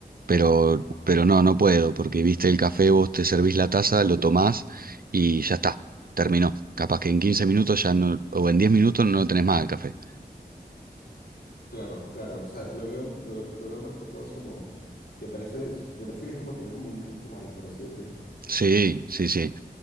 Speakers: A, on the right (about 60°); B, on the left (about 75°).
A: pero, pero no, no puedo, porque viste el café, vos te servís la taza, lo tomás y ya está, terminó. Capaz que en 15 minutos ya no, o en 10 minutos no tenés más el café.
B: Claro, claro, o sea, lo veo, lo, lo veo más que todo es como, que parece, me parece que es como también como un ritual, por así decirlo.
A: Sí, sí, sí.